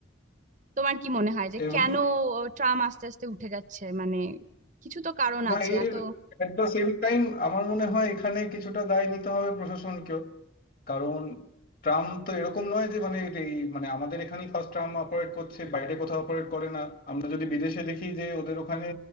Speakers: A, on the right (about 40°); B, on the left (about 45°).
A: তোমার কি মনে হয় যে
B: এবং
A: কেন আহ, ট্রাম আস্তে আস্তে উঠে যাচ্ছে মানে কিছু তো কারণ
B: না
A: আছে এত
B: এর এট দ্য সেম টাইম আমার মনে হয় এখানে কিছুটা দায় নিতে হবে প্রশাসনকেও কারণ ট্রাম তো এরকম নয় যে মানে এটা এই মানে আমাদের এখানেই ফার্স্ট ট্রাম অপারেট করছে বাইরে কোথাও অপারেট করে না আমরা যদি বিদেশে দেখি যে ওদের ওখানে